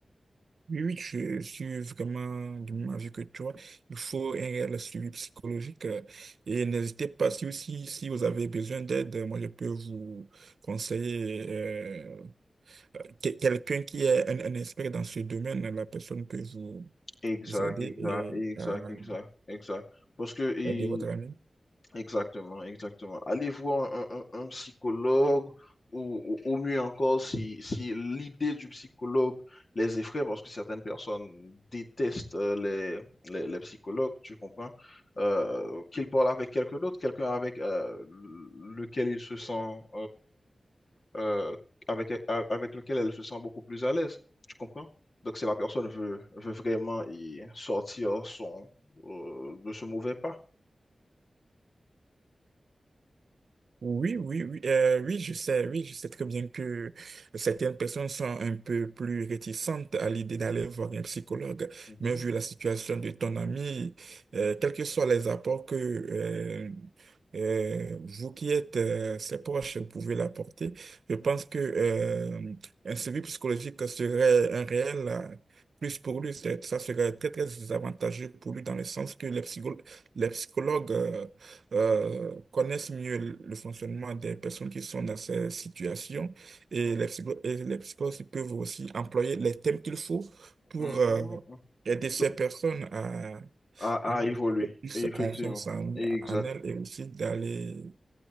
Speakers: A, on the right; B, on the left.
A: Oui, oui, je suis vraiment du même avis que toi. Il faut un réel suivi psychologique. euh, Et n'hésitez pas, si, si, si vous avez besoin d'aide, euh, moi, je peux vous conseiller euh, que- quelqu'un qui est un, un expert dans ce domaine. La personne peut vous
B: Exact,
A: Vous aidez
B: exact,
A: et
B: exact,
A: euh,
B: exact, exact. Parce que, et-
A: aider votre ami.
B: exactement, exactement. Allez voir un, un- un psychologue ou, ou- ou mieux encore si, si l'idée du psychologue les effraie, parce que certaines personnes détestent euh, les, les, les psychologues, tu comprends, euh, qu'ils parlent avec quelqu'un d'autre, quelqu'un avec euh, lequel ils se sentent euh, avec, a- avec lequel elle se sent beaucoup plus à l'aise. Tu comprends? Donc, si la personne veut, veut vraiment y sortir son, euh, de ce mauvais pas.
A: Oui, oui, oui, euh, oui, je sais, oui, je sais très bien que certaines personnes sont un peu plus réticentes à l'idée d'aller voir un psychologue,
B: Mhm,
A: mais vu la situation de ton ami, euh, quels que soient les apports que euh, euh, vous qui êtes euh, ses proches pouvez l'apporter, je
B: mhm,
A: pense que euh, un suivi psychologique serait un réel euh, plus pour lui, C'est- ça serait très, très avantageux pour lui dans le sens que les psychologues, les psychologues euh, euh, connaissent mieux le le fonctionnement des personnes qui sont dans ces situations et
B: mhm,
A: les psycho- et les psychologues peuvent aussi employer les thèmes qu'il faut pour
B: mhm,
A: euh,
B: mhm.
A: aider ces
B: To-
A: personnes à,
B: À,
A: à avoir
B: à évoluer,
A: un peu plus
B: effectivement.
A: confiance en,
B: Exact,
A: en elles et aussi d'aller,